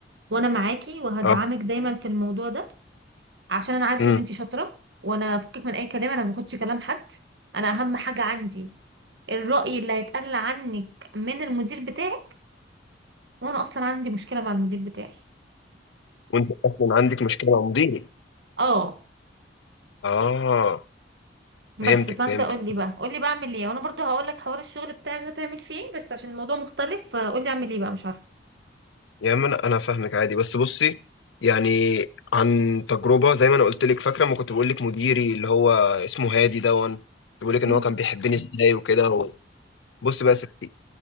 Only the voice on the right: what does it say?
وانا معاكي وهدعمك
دايما في الموضوع ده عشان انا عارف
ان انتي شاطره وانا فكك من اي كلام انا ما باخدش كلام حد انا اهم حاجه عندي الراي اللي هيتقال عنك من المدير بتاعي وانا اصلا عندي مشكله مع المدير بتاعي
اه
بس
فانت
قول لي بقى قول لي بقى اعمل ايه وانا برضو هقول لك حوار الشغل بتاعك هتعمل فيه ايه بس عشان الموضوع مختلف فقول لي اعمل ايه بقى مش عارفه
امم